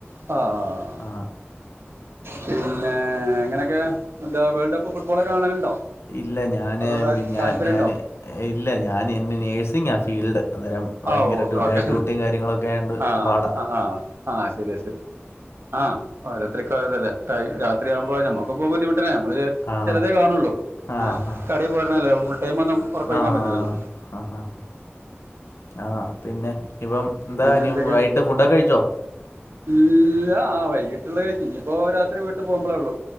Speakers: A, on the right; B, on the left.
A: ആ
B: ആ
A: പിന്നെ എങ്ങനെയൊക്കെ എന്താ വേൾഡ് കപ്പ് ഫുട്ബോളൊക്കെ കാണലുണ്ടോ
B: ഇല്ല ഞാന്
A: അതോ
B: ഞാൻ
A: താല്പര്യണ്ടോ
B: ഞാൻ ഇല്ല ഞാൻ എന്റെ നേഴ്സിംഗാ ഫീൽഡ് അന്നേരം ഭയങ്കര
A: ആ ഓക്കെ
B: ഡ്യു
A: ഓക്കെ
B: നൈറ്റ് ഡ്യൂട്ടിയും കാര്യങ്ങളൊക്കെ ആയോണ്ട്
A: ആഹ്
B: പാട
A: ആഹ് ആഹ് ശരിയാ ശരിയാ ആഹ് ഓരോരുത്തർക്ക് ഓരോ ഇതല്ല ടൈം രാത്രിയാവുമ്പോ നമ്മുക്കും പോവാൻ ബുദ്ധിമുട്ടനേ നമ്മള്
B: ആ
A: ചിലതേ കാണള്ളൂ
B: ആ ആ
A: കടയിൽ പോരണല്ലേ ഫുൾ ടൈം ഒന്നും ഉറക്കോയ്ക്കാൻ
B: ആ
A: പറ്റില്ലല്ലോ
B: ആ ആ പിന്നെ ഇപ്പം എന്താ
A: പിന്നെ
B: ഇനി
A: എന്തൊക്കെ
B: വൈകിട്ട് ഫുഡൊക്കെ കഴിച്ചോ
A: ഇല്ല ആ വൈകീട്ടുള്ള ഇനിയിപ്പോ രാത്രി വീട്ട് പോകുമ്പോളേ ഉള്ളു